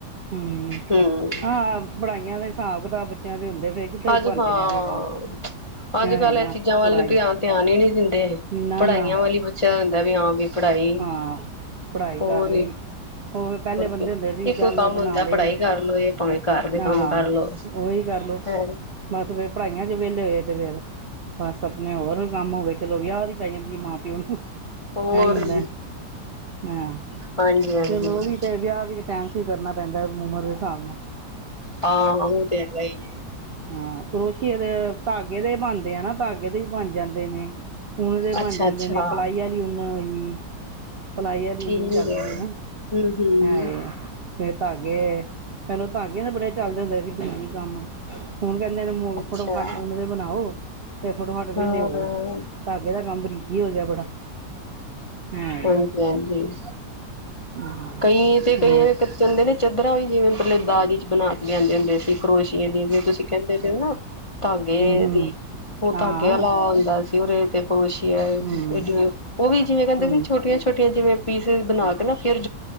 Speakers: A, on the right (about 60°); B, on the left (about 40°).
A: ਹਮ,
B: ਹੂੰ।
A: ਹਾਂ ਪੜ੍ਹਾਈਆਂ ਦੇ ਹਿਸਾਬ ਕਿਤਾਬ ਬੱਚਿਆਂ ਦੇ ਹੁੰਦੇ ਫਿਰ। ਕਿਤੇ
B: ਅੱਜ
A: ਬਣਦੇ
B: ਹਾਂ,
A: ਨੇ ਇਹੋ ਕੰਮ
B: ਅੱਜ
A: ਹੈ
B: ਕੱਲ
A: ਨਾ
B: ਇਹ ਚੀਜ਼ਾਂ ਵੱਲ
A: ਪੜ੍ਹਾਈ
B: ਧਿਆਨ ਹੀ ਨਹੀਂੀ ਦਿੰਦੇ।
A: ਨਾ
B: ਪੜ੍ਹਾਈਆਂ
A: ਨਾ
B: ਵਾਲੀ ਬੱਚਾ ਹੁੰਦਾ ਵੀ ਹਾਂ ਵੀ ਪੜ੍ਹਾਈ।
A: ਹਾਂ ਪੜ੍ਹਾਈ
B: ਹੋਰ
A: ਕਰ ਲਈ, ਹੋਰ ਪਹਿਲੇ ਬੰਦੇ
B: ਕੀ
A: ਹੁੰਦੇ ਸੀ।
B: ਇੱਕੋ
A: ਚੱਲ
B: ਕੰਮ
A: ਬਣਾ
B: ਹੁੰਦਾ
A: ਲਏ
B: ਪੜ੍ਹਾਈ ਕਰ ਲੋ ਇਹ ਭਾਵੇਂ ਘਰ ਦੇ
A: ਹਾਂ,
B: ਕੰਮ ਕਰ ਲੋ
A: ਉਹੀ ਕਰਲੋ।
B: ਹੈ
A: ਅਸੀ ਫੇਰ ਪੜ੍ਹਾਈਆਂ ਚ ਵੇਲੇ ਹੋਏ ਤੇ, ਫੇਰ। ਬਸ ਅਪਨੇ ਔਰ ਵੀ ਕੰਮ ਹੋ ਗਏ ਚਲੋ ਵਿਯਾ ਦੀ ਪੈ ਜਾਂਦੀ ਏ ਮਾਂ-ਪਿਓ ਨੂੰ
B: ਹੋਰ
A: ਐਈ ਹੁੰਦਾ,
B: ਵੀ
A: ਹਾਂ,
B: ਹਾਂਜੀ ਹਾਂਜੀ
A: ਚਲੋ ਓ ਵੀ ਤੇ ਵਿਯਾ ਵੀ ਟੈਮ ਸਿਰ ਕਰਨਾ ਪੈਂਦਾ ੳਮਰ ਦੇ ਹਿਸਾਬ ਨਾਲ।
B: ਆ, ਉ ਤੇ ਹੈਗਾ ਹੀ ਏ।
A: ਹਾਂ, ਕਰੋਸ਼ੀਏ ਦੇ ਧਾਗੇ ਦੇ ਬਨਦੇ ਆ ਨਾ, ਧਾਗੇ ਦੇ ਵੀ ਬਨ ਜਾਂਦੇ ਨੇ। ਉਨ ਦੇ ਬਣ
B: ਅੱਛਾ
A: ਜਾਂਦੇ
B: ਅੱਛਾ
A: ਨੇ, ਪਲਾਈ ਆਲੀ ਊਨ ਹੋਈ ਪਲਾਈ ਆਲੀ
B: ਠੀਕ
A: ਉਨ ਵੀ ਚੱਲਦੀ
B: ਹੈ
A: ਏ ਨਾ,
B: ਹਮ ਹਮ
A: ਐ ਏ। ਫੇ ਧਾਗੇ, ਪਹਿਲੇ ਧਾਗੇ ਨਾ ਬੜੇ ਚੱਲਦੇ ਹੁੰਦੇ ਸੀ ਬਰਿ ਕੰਮ। ਹੁਣ ਕਇੰਦੇ ਨੇ
B: ਅੱਛਾ
A: ਫਟੋਫਟ ਉਨ ਦੇ ਬਨਾਓ। ਤੇ ਫਟੋਫਟ ਵੇਲੇ
B: ਹਾਂ
A: ਹੋਵੋ,
B: ਹਮ
A: ਧਾਗੇ ਦਾ ਕੰਮ ਬਰੀਕੀ ਹੋ ਗਿਆ ਬੜਾ। ਹੈ
B: <unintelligible>
A: ਹਾਂ
B: ਕਈ ਤੇ ਕਈਆਂ
A: ਹਾਂ ਹੂੰ
B: ਤੇ ਕੈਂਦੇ ਨੇ, ਚੱਦਰਾ ਵੀ ਜਿਵੇ ਪਲੇ ਦਾਜ ਚ ਬਨਾ ਕੇ ਆਂਦੇ ਹੁੰਦੇ ਸੀ ਕਰੋਸ਼ਿਏ ਦੀ ਵੀ, ਤੁਸੀ ਕੈਂਦੇ ਪੇ ਓ ਨਾ ਧਾਗੇ
A: ਹੂੰ
B: ਦੀ, ਓ
A: ਹਾਂ
B: ਧਾਗੇ ਆਲਾ ਹੁੰਦਾ ਉਦੇ ਤੇ ਕਰੋਸ਼ੀਆ,
A: ਹੂੰ
B: ਵੀ ਜਿਵੇ ਕੈਂਦੇ
A: ਹੂੰ
B: ਸੀ ਛੋਟੀਆਂ ਛੋਟੀਆਂ ਜਿਵੇ ਪੀਸੇਸ ਬਣਾ ਕੇ ਨਾ ਫੇਰ